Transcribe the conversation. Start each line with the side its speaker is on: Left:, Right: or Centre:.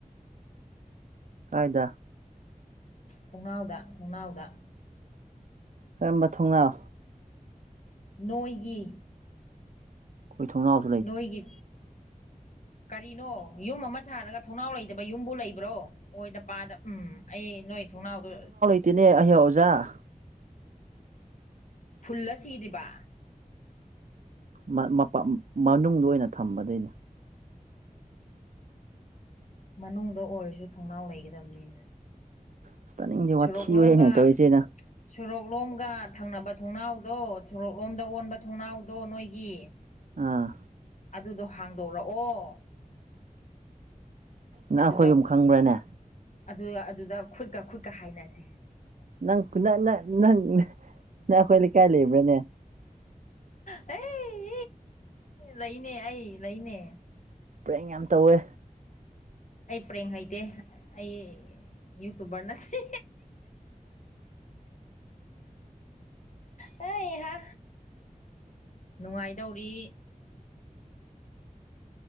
Right: ꯀꯥꯏꯗ
Left: ꯊꯣꯡꯅꯥꯎꯗ ꯊꯣꯡꯅꯥꯎꯗ
Right: ꯀꯔꯝꯕ ꯊꯣꯡꯅꯥꯎ
Left: ꯅꯣꯏꯒꯤ
Right: ꯈꯣꯏ ꯊꯣꯡꯅꯥꯎꯖꯨ
Left: ꯅꯣꯏꯒꯤ ꯀꯔꯤꯅꯣ ꯌꯨꯝ ꯑꯃ ꯁꯥꯔꯒ ꯊꯣꯡꯅꯥꯎ ꯂꯩꯇꯕ ꯌꯨꯝꯕꯨ ꯂꯩꯕ꯭ꯔꯣ ꯑꯣꯏꯗ ꯄꯥꯗ ꯎꯝ ꯑꯩ ꯅꯣꯏ ꯊꯣꯡꯅꯥꯎꯗ
Right: ꯇꯤꯅꯦ ꯑꯩꯍꯦ ꯑꯣꯖꯥ
Left: ꯐꯨꯜꯂ ꯁꯤꯗ꯭ꯔꯤꯕ
Right: ꯃ ꯃꯄꯥ ꯃ ꯃꯅꯨꯡꯗ ꯑꯣꯏꯅ ꯊꯝꯕ ꯑꯗꯨꯏꯅꯦ
Left: ꯃꯅꯨꯡꯗ ꯑꯣꯏꯔꯁꯨ ꯊꯣꯡꯅꯥꯎ ꯂꯩꯒꯗꯕꯅꯤꯅꯦ꯫
Right: ꯑꯁ ꯇꯥꯅꯤꯡꯗꯦ
Left: ꯁꯣꯔꯣꯛꯂꯣꯝꯒ
Right: ꯋꯥꯊꯤ ꯑꯣꯏꯔꯦꯅꯦ ꯇꯧꯔꯤꯁꯦ ꯅꯪ
Left: ꯁꯣꯔꯣꯛꯂꯣꯝꯒ ꯊꯪꯅꯕ ꯊꯣꯡꯅꯥꯎꯗꯣ ꯁꯣꯔꯣꯛꯂꯣꯝꯗ ꯑꯣꯟꯕ ꯊꯣꯡꯅꯥꯎꯗꯣ ꯅꯣꯏꯒꯤ꯫
Right: ꯑꯥ
Left: ꯑꯗꯨꯗꯣ ꯍꯥꯡꯗꯣꯔꯛꯑꯣ
Right: ꯅꯪ
Left: ꯑꯗꯨꯗ
Right: ꯑꯩꯈꯣꯏ ꯌꯨꯝ ꯈꯪꯕ꯭ꯔꯥꯅꯦ꯫
Left: ꯑꯗꯨ ꯑꯗꯨꯗ ꯈꯨꯠꯀ ꯈꯨꯠꯀ ꯍꯥꯏꯅꯁꯦ
Right: ꯅꯪ ꯀꯨꯅ ꯅꯪ ꯅꯪ ꯅ ꯅꯪ ꯑꯩꯈꯣꯏ ꯂꯩꯀꯥꯏ ꯂꯩꯕ꯭ꯔꯅꯦ?
Left: ꯑꯦ ꯂꯩꯅꯦ ꯑꯩ ꯂꯩꯅꯦ꯫
Right: ꯄ꯭ꯔꯦꯡ ꯌꯥꯝ ꯇꯧꯋꯦ
Left: ꯑꯩ ꯄ꯭ꯔꯦꯡ ꯍꯩꯇꯦ ꯑꯩ ꯌꯨꯇꯨꯕꯔ ꯅꯠꯇꯦ ꯍꯩꯍꯥ ꯅꯨꯡꯉꯥꯏꯗꯧꯔꯤ